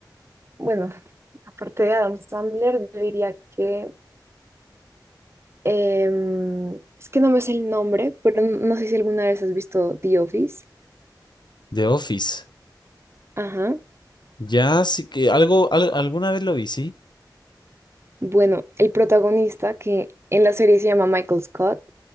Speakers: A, on the right; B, on the left.
A: Bueno, aparte de Adam Sandler, yo diría que... em, es que no me sé el nombre, pero n- no sé si alguna vez has visto The Office.
B: The Office.
A: Ajá.
B: Ya, sí que algo, al- alguna vez lo vi, sí.
A: Bueno, el protagonista que en la serie se llama Michael Scott,